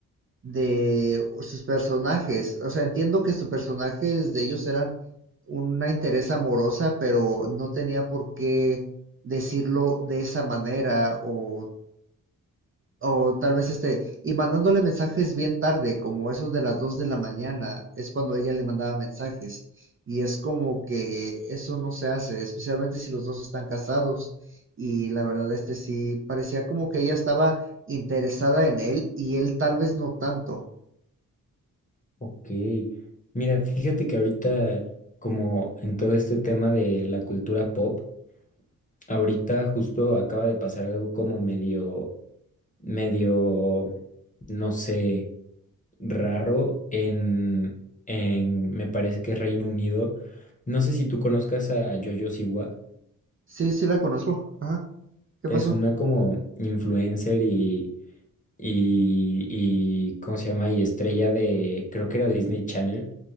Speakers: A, on the right; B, on the left.
A: de sus personajes. O sea, entiendo que sus personajes de ellos eran una interés amorosa, pero no tenía por qué decirlo de esa manera o, o tal vez este, y mandándole mensajes bien tarde, como esos de las 2 de la mañana, es cuando ella le mandaba mensajes. Y es como que eso no se hace, especialmente si los dos están casados. Y la verdad, este sí, parecía como que ella estaba interesada en él y él tal vez no tanto.
B: Ok, mira, fíjate que ahorita, como en todo este tema de la cultura pop, ahorita justo acaba de pasar algo como medio, medio, no sé, raro en, en, me parece que Reino Unido. No sé si tú conozcas a Jojo Siwa,
A: Sí, sí la conozco. Ajá. ¿Qué
B: es
A: pasó?
B: una como influencer y, y, y, ¿cómo se llama? Y estrella de, creo que era Disney Channel.